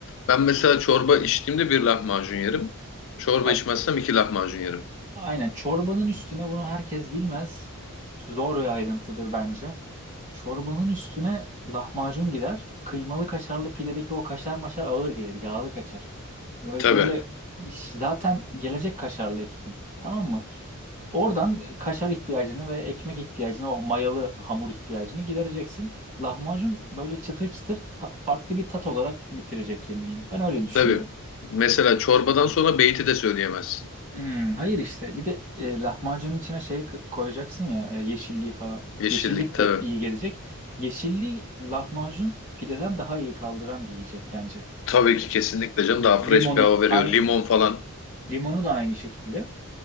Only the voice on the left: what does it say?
Ben mesela çorba içtiğimde bir lahmacun yerim. Çorba
içmezsem iki lahmacun yerim.
Tabii.
Tabii. Mesela çorbadan sonra beyti de söyleyemezsin.
Yeşillik
tabii.
Tabii ki kesinlikle canım daha
fresh bir hava veriyor.
Limon falan.